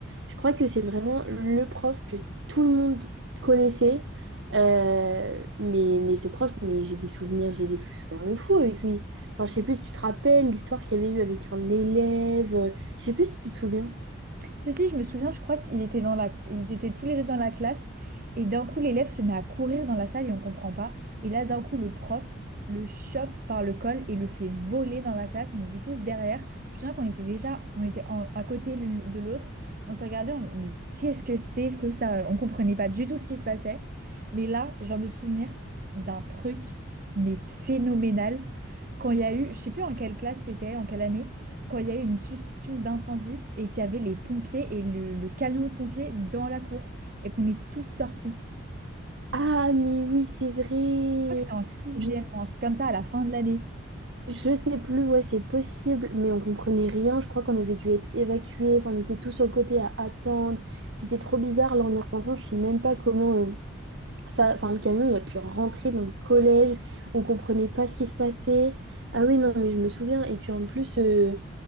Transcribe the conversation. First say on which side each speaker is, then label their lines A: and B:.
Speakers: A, on the right; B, on the right.
A: Je crois que c'est vraiment le prof que tout le monde connaissait. Euh, mais, mais ce prof, mais j'ai des souvenirs, j'ai des souvenirs de fou avec lui. Enfin, je sais plus si tu te rappelles l'histoire qu'il y avait eu avec un élève. euh, Je sais plus si tu te souviens.
B: Si, si, je me souviens, je crois qu'ils étaient dans la... ils étaient tous les deux dans la classe et d'un coup l'élève se met à courir dans la salle et on comprend pas. Et là, d'un coup, le prof le chope par le col et le fait voler dans la classe. On était tous derrière. Je me souviens qu'on était déjà on était en- à côté l'une de l'autre. On se regardait, on... mais qu'est-ce que c'est que ça? On comprenait pas du tout ce qui se passait. Mais là, je viens de me souvenir d'un truc, mais phénoménal. Quand il y a eu, je sais plus en quelle classe c'était, en quelle année, quand il y a eu une suspicion d'incendie et qu'il y avait les pompiers et le, le camion de pompiers dans la cour et qu'on est tous sortis.
A: Ah, mais oui, c'est vrai.
B: Je crois que c'était en sixième,
A: Je-
B: un truc comme ça, à la fin de l'année.
A: Je sais plus, ouais, c'est possible, mais on comprenait rien. Je crois qu'on avait dû être évacués. Enfin, on était tous sur le côté à attendre. C'était trop bizarre. Là, en y repensant, je sais même pas comment euh, ça. Enfin, le camion, il a pu rentrer dans le collège. On comprenait pas ce qui se passait. Ah oui, non, mais je me souviens. Et puis en plus, euh,